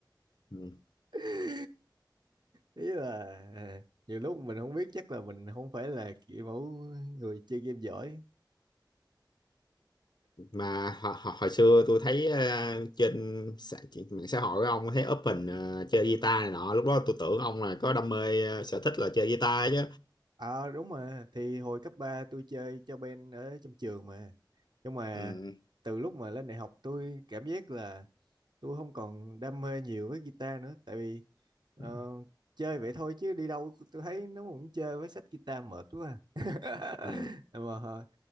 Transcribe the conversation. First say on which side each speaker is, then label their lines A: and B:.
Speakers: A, on the left; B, on the right.
A: ừ.
B: <laughs> ý là à, nhiều lúc mình không biết chắc là mình không phải là kiểu mẫu người chơi game giỏi
A: mà hồi, hồi, hồi xưa tôi thấy ờ, trên xã, trên mạng xã hội của ông thấy up hình ờ, chơi guitar này nọ lúc đó tôi tưởng ông là có đam mê ờ, sở thích là chơi guitar chứ
B: Ờ đúng mà thì hồi cấp 3 tôi chơi cho band ở trong trường mà nhưng mà
A: ừ.
B: từ lúc mà lên đại học tôi cảm giác là tôi không còn đam mê nhiều với guitar nữa tại vì ờ,
A: Ừ.
B: chơi vậy thôi chứ đi đâu tôi thấy nó cũng chơi với sách guitar mệt quá à.
A: Ừ.
B: <laughs> mà hờ,